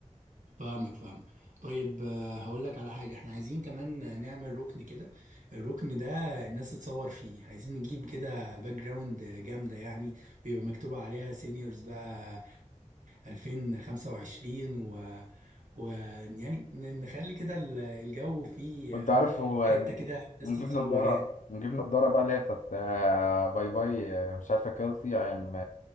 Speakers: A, on the right; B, on the left.
A: فاهمك فاهمك طيب آه، هقول لك على حاجة احنا عايزين كمان نعمل ركن كده الركن ده الناس تتصور فيه عايزين نجيب كده باك جراوند جامدة يعني ويبقى مكتوب عليها سينيورز بقى 2025 و و يعني نخلي كده ال- الجو فيه
B: وأنت
A: آه،
B: عارف هو
A: حتة
B: يعني
A: كده الناس
B: ونجيب
A: تتصور
B: نضارة
A: يعني
B: نجيب نضارة بقى اللي هي بتاعت آه، باي باي آه، مش عارفة كيلتي أي أم